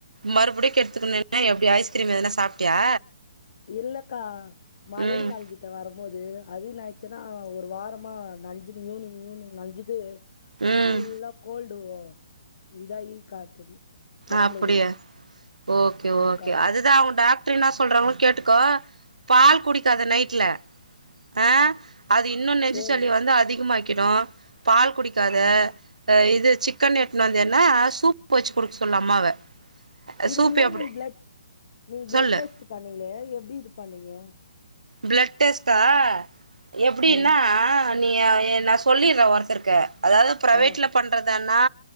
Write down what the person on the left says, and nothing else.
இல்லக்கா மழையில
நனைஞ்சு வரும்போது அது என்ன ஆச்சுன்னா ஒரு வாரமா நழ்ச ஈவினிங் ஈவினிங் நழஞ்சுட்டு
ஃபுல்லா கோல்டு இதாயி காட்டுது ஒடம்புல
ஊறி
ஆக்கா
சேரி
ம்
இதுக்கு
முன்னாடி
நீங்க பிளட் நீங்க பிளட்
டெஸ்ட் இது பண்ணீங்களே எப்டி இது பண்ணீங்கோ
ம்
ஆ